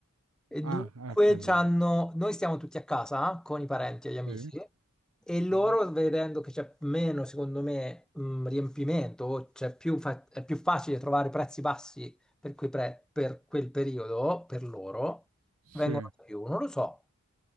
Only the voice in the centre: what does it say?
E dunque
c'hanno- noi stiamo tutti a casa eh, con i parenti e gli amici
e loro
vedendo che c'è meno, secondo me, mh, riempimento, o c'è più fa- è più facile trovare prezzi bassi per, quei pre- per quel periodo, per loro,
vengono da più, non lo so.